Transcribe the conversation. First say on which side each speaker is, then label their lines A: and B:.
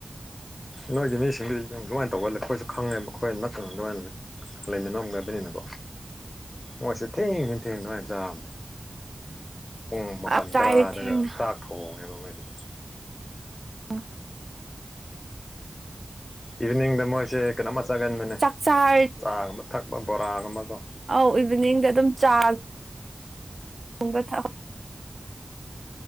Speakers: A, on the left; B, on the right.
A: ꯅꯣꯏꯒꯤ ꯃꯤꯁꯤꯡꯗꯨ ꯂꯣꯟ ꯇꯧꯕꯒ ꯑꯩꯈꯣꯏꯁꯨ ꯈꯪꯉꯦꯕ ꯑꯩꯈꯣꯏ ꯅꯛꯅ ꯑꯗꯨꯃꯥꯏꯅ ꯂꯩꯃꯤꯟꯅꯝꯒꯕꯅꯤꯅꯀꯣ꯫ ꯃꯣꯏꯁꯦ ꯊꯦꯡꯉꯁꯤ ꯊꯦꯡ ꯑꯗꯨꯃꯥꯏꯅ ꯆꯥꯕꯅꯦ꯫
B: <inaudible>
A: ꯄꯨꯡ ꯃꯥꯄꯅ
B: ꯆꯥꯏ
A: ꯇꯔꯥꯗꯒ
B: ꯊꯦꯡꯅ
A: ꯆꯥꯛ ꯊꯣꯡꯉꯦꯕ ꯃꯣꯏꯗꯤ꯫
B: ꯑ
A: ꯏꯚꯤꯅꯤꯡꯗ ꯃꯣꯏꯁꯦ ꯀꯩꯅꯣꯝꯃ ꯆꯥꯒꯟꯕꯅꯦ
B: ꯆꯥꯛ ꯆꯥꯔꯗꯤ
A: ꯆꯥꯒꯕ ꯊꯛꯄ ꯕꯣꯔꯥꯒꯨꯝꯕꯀꯣ꯫
B: ꯑꯧ ꯏꯚꯤꯅꯤꯡꯗ ꯑꯗꯨꯝ ꯆꯥ ꯍꯣꯡꯕ ꯊꯛ